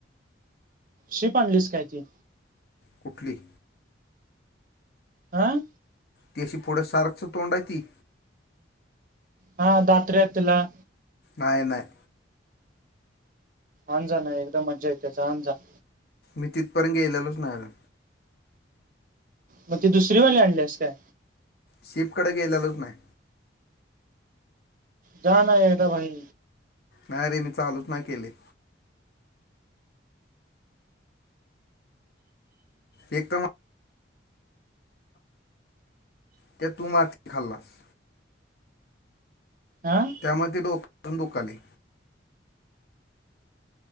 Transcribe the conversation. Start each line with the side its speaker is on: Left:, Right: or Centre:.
Right: शीप आणलीस काय ती?
Left: कुठली?
Right: आं
Left: ती अशी पुढ सारखच तोंड हाय ती?
Right: हा दात्र्या आहेत तिला.
Left: नाय नाय.
Right: आन जा ना एकदम मजा येते आन जा.
Left: मी तिथपर्यंत गेलेलोच नाही अजून.
Right: मग ती दुसरी वाली आणलियेस काय?
Left: शीप कडे गेलेलोच नाही.
Right: जाण एकदा भाई.
Left: नाही रे मी चालूच नाही केली. एकदम ते तू मा <unintelligible> खाल्लास
Right: अं
Left: त्यामध्ये डोक पण दुखायलय.